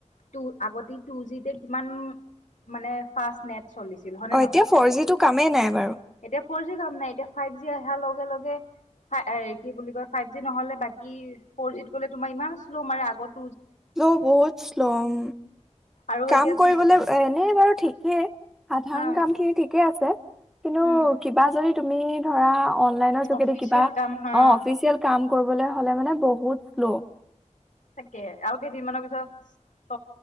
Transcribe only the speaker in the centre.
অ
এতিয়া ফ'ৰ জিটো কামেই নাই বাৰু
ল, বহুত শ্লম।
কাম
কৰিবলৈও
এনে। বাৰু ঠিকে। সাধাৰণ
কামখিনি ঠিকে আছে। কিন্তু
কিবা যদি তুমি ধৰা অলনাইনৰ যোগেদি
কিবা
অফিচিয়েল কাম কৰিবলেহ। ভালে মানে বহুত লো।